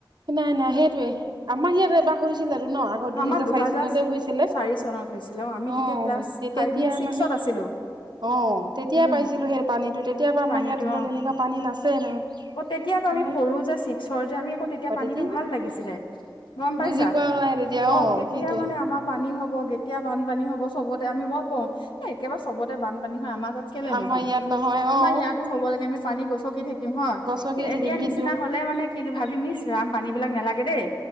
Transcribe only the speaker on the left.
আমাৰ দুহাজাৰ
চাৰি চনত হৈছিলে আমি
তেতিয়া ক্লাছ
ফাইভ
নে ছিক্সত
আছিলো
উম
পানীটো
অ
অ তেতিয়া আকৌ
আমি সৰু যে ছিক্সৰ যে আমি আকৌ তেতিয়া
পানীটো
ভাল লাগিছিলে গম
পাইছা
অ তেতিয়া
মানে আমাৰ পানী হব কেতিয়া বানপানী হব চবতে আমি মই কওঁ এ একেবাৰে চবতে বানপানী হয় আমাৰ তাত কেলে
নহয়
আমাৰ
ইয়াতো হ'ব লাগে আমি পানী গছকি থাকি ম হয়
কিন্তু
এতিয়া
নিচিনা হলে মানে কি ভাবিম ইছ ৰাম পানী বিলাক নেলাগে দেই।